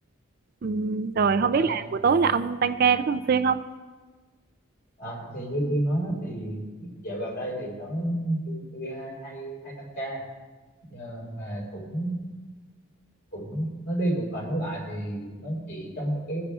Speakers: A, on the right (about 45°); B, on the left (about 50°).
A: Ừm, rồi không
B: Ờ,
A: biết là buổi tối là ông tăng ca có thường xuyên không?
B: à, thì như tôi nói thì dạo gần đây thì nó tôi, tôi hay hay hay tăng ca Ờ, mà cũng cũng nó đi cũng phải nói lại thì nó chỉ trong một cái